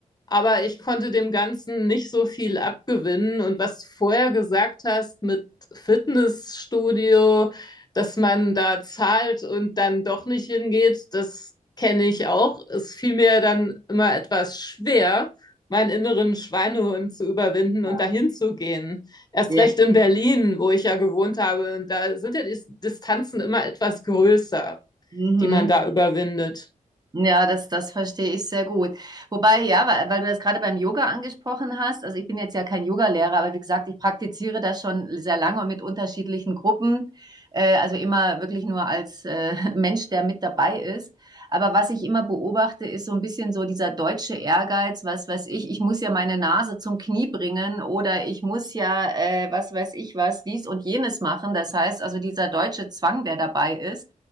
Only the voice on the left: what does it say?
aber ich konnte dem Ganzen nicht so viel abgewinnen. Und was du vorher gesagt hast mit Fitnessstudio, dass man da zahlt und dann doch nicht hingeht, das kenne ich auch. Es fiel mir dann immer etwas schwer, meinen inneren Schweinehund zu überwinden
und dahin zu gehen. Erst
recht in Berlin, wo ich ja gewohnt habe. Und da sind ja die Distanzen immer etwas größer,
die man da überwindet.